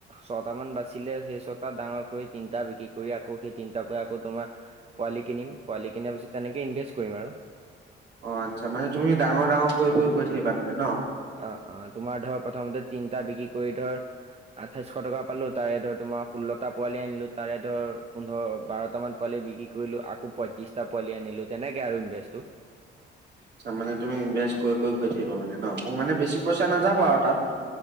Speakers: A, on the right; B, on the right.
A: ছটামান বাচিলে সেই ছটা ডাঙৰ কৰি তিনিটা বিক্ৰী কৰি আকৌ সেই তিনটা পৰা আকৌ তোমাৰ পোৱালি কিনিম, পোৱালি কিনাৰ পিছত তেনেকৈ ইভেষ্ট কৰিম আৰু।
B: অ', আচ্ছা মানে তুমি ডাঙৰ ডাঙৰ কৰি কৰি গৈ থাকিবা মানে ন'।
A: অ', অ', তোমাৰ ধৰ প্ৰথমতে তিনিটা বিক্ৰী কৰি ধৰ আঠাইছশ টকা পালোঁ, তাৰে ধৰ তোমাৰ ষোল্লটা পোৱালি আনিলো তাৰে ধৰ পোন্ধৰ, বাৰটামান পালি বিক্ৰী কৰিলোঁ আকৌ পত্ৰিশটা পোৱালী আনিলো তেনেকে আৰু ইনভেষ্টটো।
B: ছা মানে তুমি ইনভেষ্ট কৰি কৰি গৈ থাকিবা মানে ন' মোৰ
A: উম,
B: মানে বেছি পইচা নাযাব আৰু তাত।